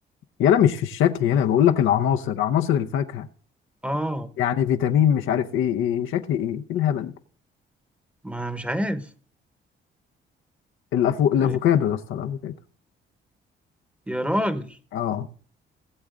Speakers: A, on the left (about 80°); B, in the centre.
A: يلا مش في الشكل يلا بقول لك العناصر عناصر الفاكهة
B: آه
A: يعني فيتامين مش عارف ايه ايه شكل ايه إيه الهبل ده؟
B: ما مش عارف
A: الأفو... الافوكادو
B: آه،
A: يا اسطى الافوكادو
B: يا راجل
A: اه